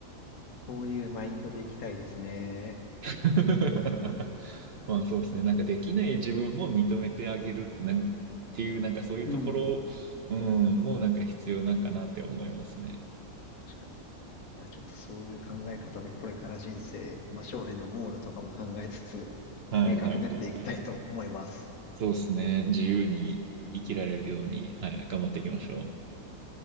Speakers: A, on the left (about 80°); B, on the right (about 55°).
A: そういうマインドでいきたいですね。
B: <laughs> まあそうですね。なんかできない自分も認めてあげるってなん、っていうなんかそういうところ、
A: うん。
B: うん、もうなんか必要なんかなって思いますね。
A: 確かに。いや、ちょっとそういう考え方でこれから人生、まあ将来のゴールとかも考えつつ、
B: はい、
A: 計画練っていきたいと思います。
B: はい、はい。そうですね。自由に生きられるように、はい、頑張っていきましょう。